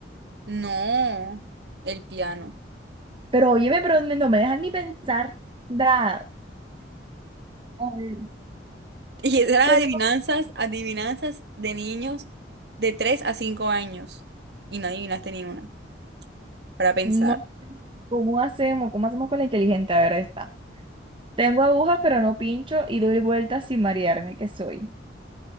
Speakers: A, on the right; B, on the right.
A: No, el piano.
B: Pero óyeme, pero no no me dejan ni pensar. Da. A ver,
A: <laughs> Y eran
B: tengo.
A: adivinanzas, adivinanzas de niños de 3 a 5 años. Y no adivinaste ni una, para pensar.
B: No, ¿cómo hacemos? ¿Cómo hacemos con la inteligente? A ver, está. Tengo agujas, pero no pincho y doy vueltas sin marearme, ¿qué soy?